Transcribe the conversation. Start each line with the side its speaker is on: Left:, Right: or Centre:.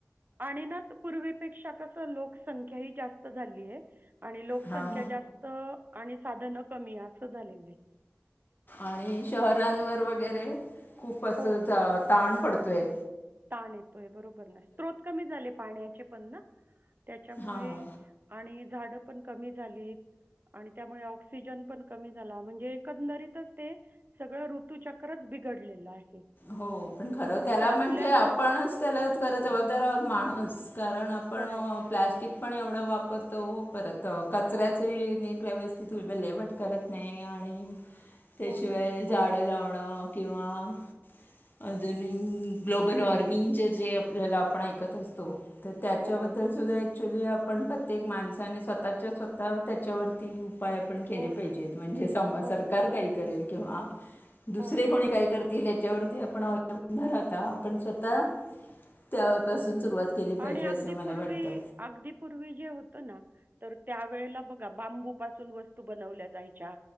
Right: आणि ना त पूर्वीपेक्षा कस लोकसंख्या ही जास्त झा झालीय. आणि लोकसंख्या
Left: हां
Right: जास्त आणि साधन कमी अस झालेलंय
Left: आणि शहरांवर वगैरे खूप असं
Right: हो,
Left: ताण पडत ते
Right: ताण येतोय बरोबर ना स्त्रोत कमी झाले पाण्याचे पण ना त्याच्यामुळे
Left: हां
Right: आणि झाड पण कमी झालीत आणि त्यामुळे ऑक्सिजन पण कमी झाला म्हणजे एकंदरीतच ते सगळं ऋतूचक्रच बिघडलेलं आहे.
Left: हो पण खर
Right: आणि
Left: त्याला
Right: ते आपल्याच
Left: म्हणजे आपणच
Right: अ,
Left: त्याला खरं
Right: हो,
Left: जबाबदार आहोत माणूस <inaudible> कारण आपण
Right: खरं आहे.
Left: प्लॅस्टिक पण एवढं वापरतो परत त कचऱ्याचे
Right: हो.
Left: नीट व्यवस्थ ति तू विल्हेवाट करत नाही आणि त्याशिवाय
Right: हो ना,
Left: झाडं
Right: हो ना.
Left: लावणं किंवा अधुनिंग ग्लोबल वॉर्मिंगचे जे आपल्याला आपण ऐकत असतो तर त्याच्याबद्दल
Right: हो.
Left: सुद्धा एक ॲक्च्युली आपण प्रत्येक माणसाने स्वतःच्या स्वतः त्याच्यावरती उपा उपाय आपण केले
Right: हो
Left: पाहिजेत
Right: ना,
Left: म्हणजे सम
Right: हो
Left: सरकार
Right: ना,
Left: काही करेल किंवा दुसरे
Right: हो ना,
Left: कोणी काय करत तील याच्यावरती आपण <unintelligible> आपण स्वतः त्यापासून
Right: हो
Left: सुरुवात केली
Right: आणि
Left: पाहिजे
Right: अगदी
Left: असं मला
Right: पूर्वी
Left: वाटतं
Right: अगदी पूर्वी जे होत ना तर त्या वेळेला बघा बांबू पासून वस्तू बनवल्या जायच्या